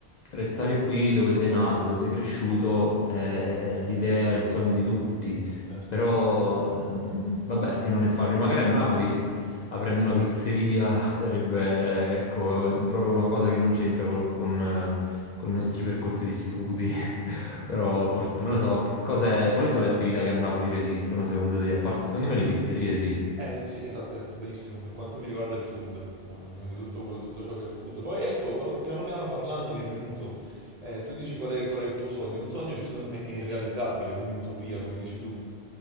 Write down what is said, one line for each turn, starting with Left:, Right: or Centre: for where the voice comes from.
Left: restare qui dove sei nato, dove sei cresciuto, è l'idea, il sogno di tutti.
Right: Certo.
Left: Però, mm, vabbè, che non è facile. Magari a Napoli, aprendo una pizzeria, <laughs> sarebbe, eh, ecco, eh, proprio una cosa che non c'entra col- con, eh, con i nostri percorsi di studi. <laughs> Però forse, non lo so, che cos'è- quali sono le attività che a Napoli resistono, secondo te? A parte, secondo me le pizzerie sì.
Right: Eh sì, esatto, hai detto benissimo per quanto mi riguarda il food, Ah, quindi tutto, tutto ciò che è food. Poi ecco, eh, piano piano parlando mi è venuto, eh, tu dici qual è, qual è il tuo sogno, un sogno che secondo me è irrealizzabile, quindi utopia, come dici tu.